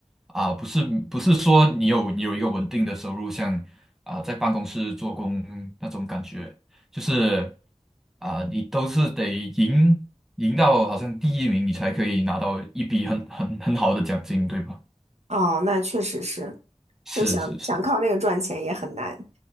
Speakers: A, in the centre; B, on the right.
A: 啊，不是不是说你有你有一个稳定的收入，像啊在办公室做工那种感觉，就是啊你都是得赢赢到好像第一名，你才可以拿到一笔很很很好的奖金，对吧？
B: 哦，那确实是，
A: 是是是。
B: 就想想靠那个赚钱也很难。